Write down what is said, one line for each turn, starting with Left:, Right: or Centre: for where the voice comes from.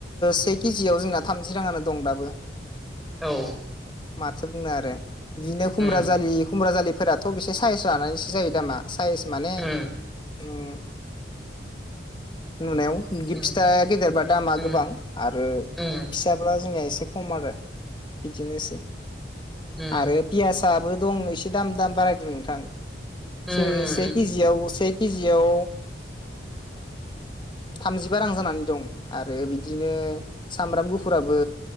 Left: से केजियाव जोंना थामजि राङानो दं दाबो
Centre: औ
Left: माथो बुंनो आरो बिदिनो खुमब्रा
Centre: उम
Left: जालि खुमब्रा जालि फोराथ' बेसे साइस लानानैसो जायो दामा सायस माने
Centre: उम
Left: उम नुनायाव गि-फिथाया
Centre: उम
Left: गेदेरबा दामा
Centre: उम
Left: गोबां आरो फिसाब्ला
Centre: उम
Left: जोंनिया एसे खम आरो बिदिनोसै
Centre: उम
Left: आरो पियास याबो दं एसे दाम-दाम बारायदों नोंथां । से-से
Centre: उम उम
Left: केजियाव से केजियाव थामजिबा रां जानानै दं । आरो बिदिनो सामब्राम गुफुर फोराबो